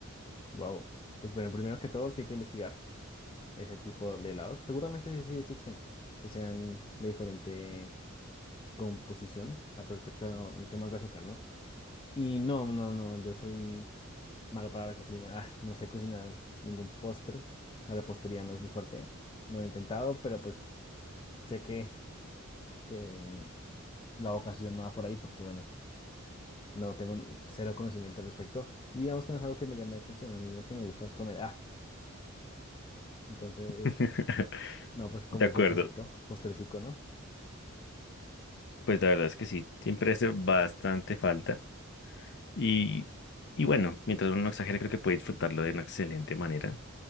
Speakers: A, on the left; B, on the left.
A: wow. Pues bueno, primero que todo, sí hay que investigar ese tipo de helados. Seguramente sí sí existen, que sean de diferente composición al respecto en temas de azúcar, ¿no? Y no, no, no, yo soy malo para la cocina. Ah, no sé cocinar ningún postre. La repostería no es mi fuerte. No lo he intentado, pero pues sé que, que la vocación no va por ahí porque, bueno, no tengo cero conocimiento al respecto. Y digamos que no es algo que me llame la atención. A mí lo que me gusta es comer. Ah, entonces,
B: <laughs>
A: no, pues comer
B: De acuerdo.
A: dulcecito, postrecico, ¿no?
B: Pues la verdad es que sí. Siempre hace bastante falta. Y, y bueno, mientras uno no exagere, creo que puede disfrutarlo de una excelente manera,